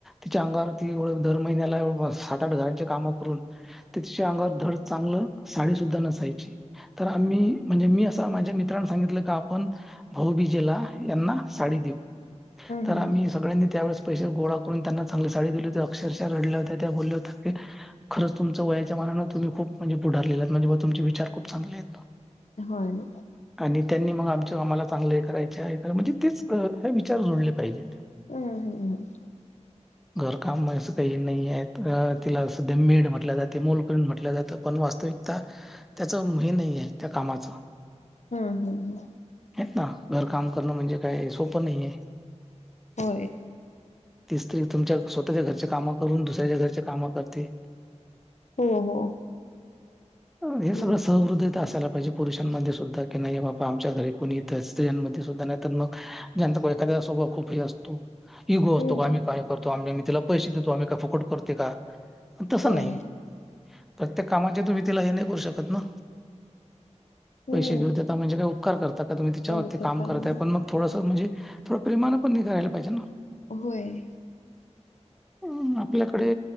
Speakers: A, in the centre; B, on the left.
A: तिच्या अंगावर ती वर दर महिन्याला बाबा सात आठ हा काम करुन तीच्या अगांवर धड चांगल साड़ी नसायची तर आम्ही मी असं माझ्या मित्रांला सांगितलं का आपण भाऊबीजेला यांना साडी देऊ.
B: हम
A: तर
B: हम् हम हम
A: आम्ही सगळ्यांनी त्यावेळेस पैसे गोळा करून त्यांना चांगली साडी दिली होती अक्षरशा रडल्या होत्या बोलल्या होत्या खरंच तुमचं वयाच्या मनानं तुम्ही खुप म्हणजे पुढ आलेले आहात म्हणजे तुमचे विचार खूप चांगले आहेत.
B: होय.
A: आणि त्यांनी मग आमच्या आम्हाला चांगलं हे करायचे आहेत म्हणजे तेच विचार जोडले पाहिजे
B: हुम्म हुम्म ह
A: घर काम आस काही नाही आहे तर तिला सध्या मेड म्हटलं जाते मोल करून म्हटलं जातं पण वास्तविकता त्याच हे नाही आहे त्या का कामाच
B: हुम्म हुम्म
A: हा घर काम करणं म्हणजे काय सोपं नाहीेये
B: होय.
A: स्त्री तुमच्या स्वतःच्या घरच्या काम करून दुसऱ्याच्या घरच्या काम करते.
B: हो हो.
A: हे
B: भरपूर
A: सगळं सहृद असायला पाहिजे पुरुषांमध्ये सुद्धा की नाही बाबा आमच्या घरी कुणी स्त्रिंमध्ये सुद्धा नाही तर मग ज्यां एखाद्या खूप हे असतो इगो असतो
B: हम्म
A: का आम्ही काय करतो आम्ही आ तिला पैसे देतो आम्ही काही फुकट करते का? तसं
B: होय
A: नाही प्रत्येक कामाचे तुम्ही तिला हे नाही करू शकत ना.
B: हम्म
A: पैसे घेऊ देता म्हणजे काय उपकार करता का तुम्ही तिच्यावरती
B: करत
A: काम
B: का
A: करतय
B: ना
A: पण मग थोडस म्हणजे थोडं प्रेमान पण नि घायला पाहिजे ना.
B: होय.
A: हु आपल्याकडे